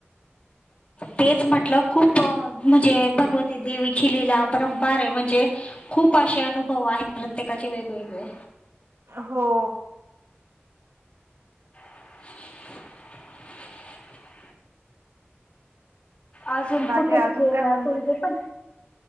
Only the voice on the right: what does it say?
<inaudible> <unintelligible>
हो.
बाकी
अजून
काय म्हणतात